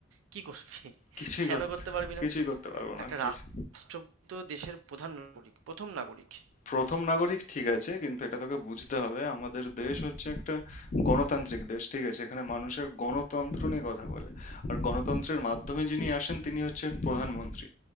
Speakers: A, on the right; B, on the left.
A: কি করবি
B: কিছুই
A: কেন
B: কর-
A: করতে পারবি না
B: কিছুই করতে পারবো না
A: একটা
B: কিছু
A: রাষ্ট্রপতি তো দেশের প্রধান নাগরিক প্রথম নাগরিক
B: প্রথম নাগরিক ঠিক আছে কিন্তু এটা তোকে বুঝতে হবে আমাদের দেশ হচ্ছে একটা গণতান্ত্রিক দেশ ঠিক আছে এখানে মানুষের গণতন্ত্র নিয়ে কথা বলে আর গণতন্ত্রের মাধ্যমে যিনি আসেন তিনি হচ্ছেন প্রধানমন্ত্রী